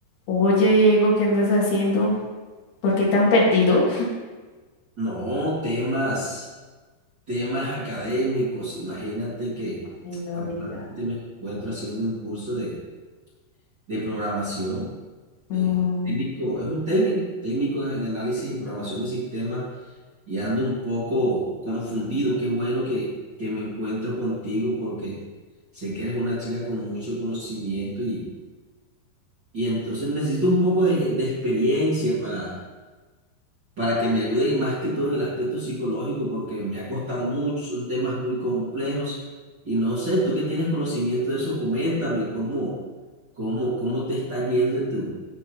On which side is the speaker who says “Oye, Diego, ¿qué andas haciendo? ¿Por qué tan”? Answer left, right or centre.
Left